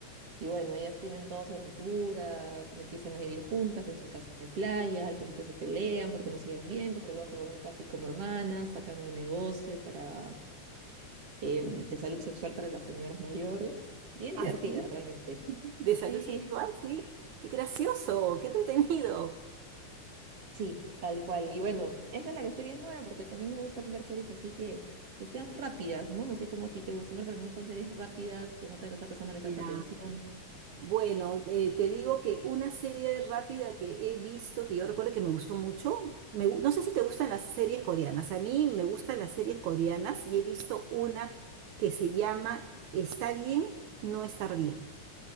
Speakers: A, on the right (about 50°); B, on the right (about 75°).
A: Y bueno, ellas tienen toda su aventura, empiezan a vivir juntas en su casa de playa, al principio se pelean porque no se llevan bien, pero luego se vuelven casi como hermanas, sacan un negocio para, eh, de salud sexual para las señoras mayores. Bien
B: Así,
A: divertida realmente.
B: <laughs> de salud
A: Sí,
B: sexual, sí. Qué gracioso, qué entretenido.
A: sí, tal cual. Y bueno, esa es la que estoy viendo ahora porque también me gustan ver series así que, que sean rápidas, ¿no? No sé cómo a ti te gustan ver, pero me gustan series rápidas, que no tenga que estar prestándole
B: Ya.
A: tanta atención.
B: Bueno, eh, te digo que una serie rápida que he visto, que yo recuerdo que me gustó mucho, me gu- no sé si te gustan las series coreanas, a mí me gustan las series coreanas y he visto una que se llama Está bien, no estar bien.